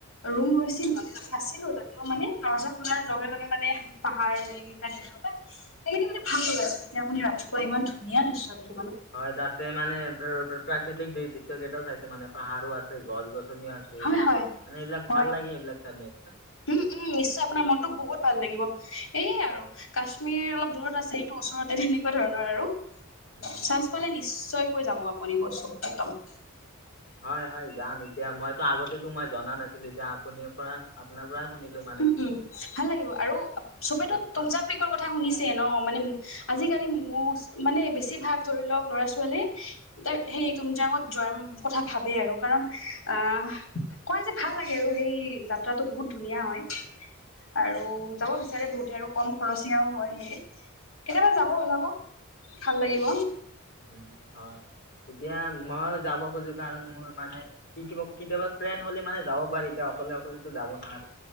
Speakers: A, on the left; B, on the left.
A: ৰুম লৈছিলো আমি তাতে আছিলো তাতেও মানে দৰ্জা খোলাৰ লগে লগে মানে পাহাৰে। সেইবিলাক দেখা পাই সেইখিনি মানে ভাল লগা আছে যেতিয়া আপুনি ৰাতিপুৱা ইমান ধুনীয়া দৃশ্য দেখে
B: হয় তাতে মানে প্ৰা প্ৰাকৃতিক দৃ দৃশ্য কেইটাও চাইছে মানে পাহাৰো আছে গছ গছনি- আছে
A: হয় হয়
B: মানে এইবিলাক
A: হয়
B: ভাল লাগে এইবিলাক তাতে-
A: উম উম নিশ্চয় আপোনাৰ মনটো বহুত ভাল লাগিব। এইয়ে আৰু কাশ্মীৰ অলপ দূৰত আছে এইটো ওচৰতে তেনেকুৱা ধৰণৰ আৰু-
B: উম
A: চানস
B: হয়
A: পালে নিশ্চয়কৈ যাব আপুনি কৈছো একদম-
B: হয় হয় যাম এতিয়া মইতো আগতেতো মই জনা নাছিলো এতিয়া আপুনি পৰাই। পৰা শুনিলো ইমান।
A: উম উম ভাল লাগিব আৰু চবেতো
B: এতিয়া যাম।
A: টোংজাপিকৰ কথা শুনিছে ন মানে আজিকালি- মচ মানে বেছিভাগ ধৰি লওক ল'ৰা ছোৱালী তাৰ হেৰি টুংজাঙত যোৱাত কথা। ভাবে আৰু কাৰণ আহ কয় যে ভাল লাগে আৰু সেই যাত্ৰাটো বহুত ধুনীয়া হয় আৰু যাব বিচাৰে বহুতে আৰু কম খৰচীয়াও হয়। সেয়েহে কেতিয়াবা যাব ওলাব ভাল লাগিব।
B: উম হয়। এতিয়া মইও যাব খোজো কাৰণ মোৰ মানে কি কে কেতিয়াবা ফ্ৰেণ্ড হলে মানে যাব। পাৰি এতিয়াও অকলে অকলেতো যাব নোৱাৰি